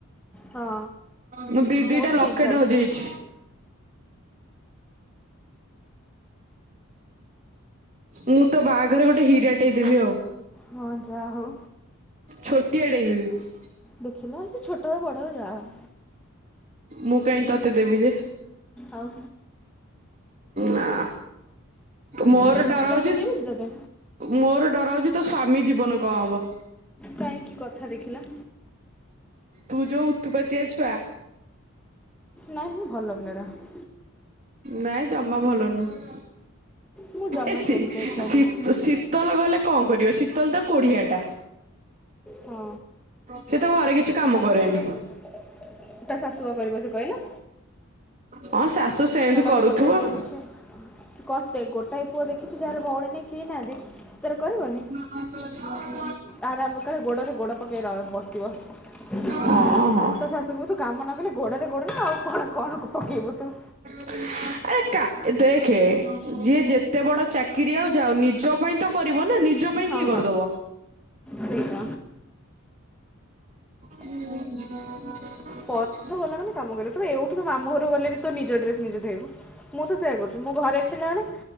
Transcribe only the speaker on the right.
ମୁଁ ଦି ଦିଟା
ଲକେଟ୍
ହଯେଇଛି।
ମୁଁ ତ ବାହାଘରେ ଗୋଟେ ହୀରାଟେ ଦେବି ଆଉ।
ଛୋଟିଆ ଟେ ଦେବୀ।
ମୁଁ କାଇଁ ତତେ ଦେବି ଯେ?
ନା ମୋର
ଡର ହଉଚି
ମୋର ଡର ହଉଛି, ତୋ ସ୍ଵାମୀ ଜୀବନ କଣ ହବ।
ତୁ ଯୋଉ ଉତ୍ତୁପାତିଆ ଛୁଆ।
ନାଇଁ ଜମା ଭଲନୁହ,
ଏସି
ଶୀତ
ଶିତ୍
ଶୀତଲ ଗଲେ କଣ କରିବ ଶୀତଲ ତ କୋଢିଆଟା।
ସେ ତ ଘରେ କିଛି
କାମ
କରେନି
ହଁ ଶାଶୁ ସେମିତି
କରୁଥିବ।
ହଁ ଅ।
ହଁ ହଁ।
ଆଜା <inaudible> ଏକା ଦେଖେ, ଯିଏ ଯେତେ ବଡ଼ ଚାକିରି ଆଉ ଯାଉ ନିଜ ପାଇଁ ତ କରିବ ନା, ନିଜ ପାଇଁ
କିଏ କରିଦବ?
ହୁଁ
<inaudible>